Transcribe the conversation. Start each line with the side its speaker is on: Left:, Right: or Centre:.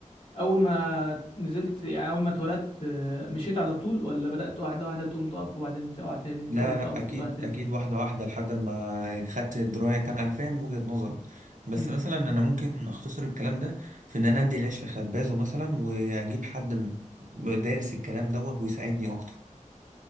Left: اول ما نزلت يعني اول ما اتولدت آه، مشيت على طول ولا بدأت واحده واحده تقوم تقف وبعدين تقع تاني وتقوم
Right: لا
Left: تقف
Right: لا اكيد
Left: وتقع تاني
Right: اكيد واحده واحده لحد ما خدت درايه كامله انا فاهم وجهه نظرك بس
Left: امم
Right: مثلا انا ممكن اختصر الكلام ده في ان انا ادي العيش لخبازه مثلا واجيب حد م- دارس الكلام دوت ويساعدني اكتر